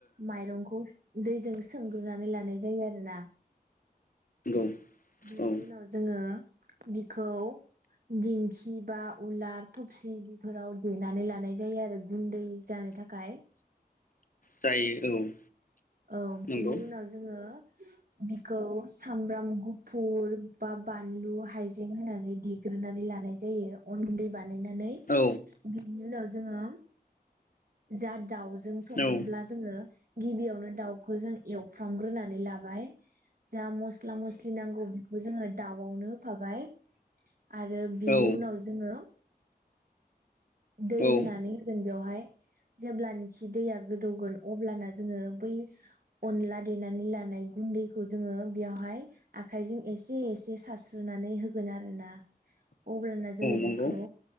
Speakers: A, on the right; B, on the left.
A: माइरंखौ स दैज जों सोंग्रोननानै लानाय ज जायो आरो ना।
B: नंगौ
A: बिनि
B: औ
A: उनाव जोङो बिखौ दिंखि बा उलार, थफसि बेफोराव देनानै लानाय जायो आरो गुन्दै जानो थाखाय।
B: जायो औ।
A: औ बेनि
B: नंगौ
A: उनाव जोङो। बिखौ सामब्राम गुफुर बा बानलु हायजें होनानै देग्रोनानै लानाय जायो अनगुन्दै बानायनानै
B: औ
A: बिनि उनाव जोङो जा दावजों संगोनब्ला
B: औ
A: जोङो। गिबियावनो दा जों एवफ्रामग्रोनानै लाबाय जा मस्ला मस्ला मसलि नांगौ जोङो दाउआवनो होफाबाय आरो बिनि
B: औ
A: उनाव जोङो दै
B: औ
A: होनानै जों बेवहाय जेब्लानोखि दैया गोदौगोन अब्लाना जोङो बै अनला देनानै लानाय गुन्दैखौ जोङो बेयावहाय आखाइजों एसे एसे सारस्रोनानै होगोन आरो ना अब्लाना जोङो
B: नंगौ
A: बिखौ